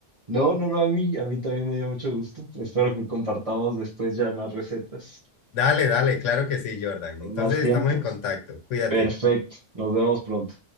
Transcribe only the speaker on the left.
Dale, dale, claro que sí, Jordan.
Entonces
estamos en contacto. Cuídate.